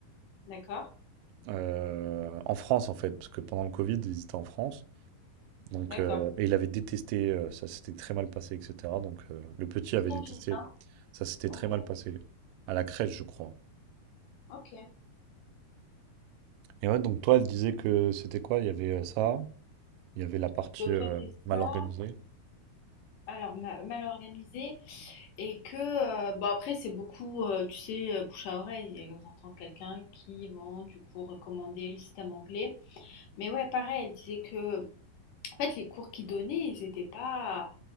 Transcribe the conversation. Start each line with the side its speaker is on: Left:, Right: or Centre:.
Left: d'accord,
Right: Heu, en France, en fait, parce que pendant le Covid, ils étaient en France. Donc
Left: d'accord.
Right: heu et il avait détesté, heu, ça s'était très mal passé et cetera. Donc heu, le petit avait
Left: Son
Right: détesté,
Left: fils, hein?
Right: ça s'était
Left: OK,
Right: très mal passé. À la crèche, je crois.
Left: OK.
Right: Et ouais, donc toi, elle disait que c'était quoi? Il y avait, heu, ça, il y avait la partie,
Left: Donc
Right: heu,
Left: il y avait
Right: mal
Left: ça,
Right: organisée.
Left: alors ma- mal organisé, et que, euh, bon après c'est beaucoup, euh, tu sais, euh, bouche à oreille, et on entend quelqu'un qui vont du coup recommander le système anglais. Mais ouais, pareil, elle disait que, en fait, les cours qu'ils donnaient, ils étaient pas,